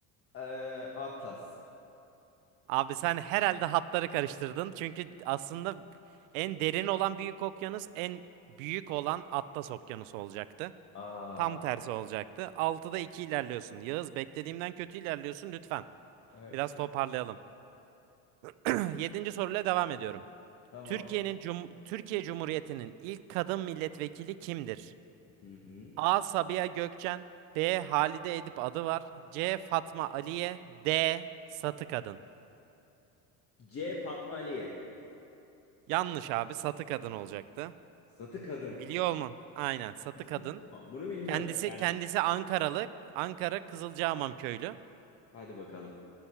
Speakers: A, on the left (about 35°); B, on the right (about 85°).
A: e, Atlas.
B: Abi sen herhalde hatları karıştırdın. Çünkü aslında en derin olan Büyük Okyanus en büyük olan Atlas Okyanusu olacaktı.
A: Aa.
B: Tam tersi olacaktı. Altıda 2 ilerliyorsun. Yağız beklediğimden kötü ilerliyorsun lütfen.
A: Evet.
B: Biraz toparlayalım. <clears throat> Yedinci soruyla devam ediyorum.
A: Tamam.
B: Türkiye'nin Cum- Türkiye Cumhuriyeti'nin ilk kadın milletvekili kimdir?
A: Hı hı.
B: A. Sabiha Gökçen, B. Halide Edip Adıvar, C. Fatma Aliye, D. Satı Kadın.
A: C Fatma Aliye.
B: Yanlış abi, Satı Kadın olacaktı.
A: Satı kadın.
B: Biliyor olman. Aynen, Satı
A: İsmi
B: Kadın.
A: bu Bunu bilmiyordum.
B: Kendisi
A: Gerçekten.
B: kendisi Ankaralı, Ankara Kızılcahamam köylü.
A: Hadi bakalım.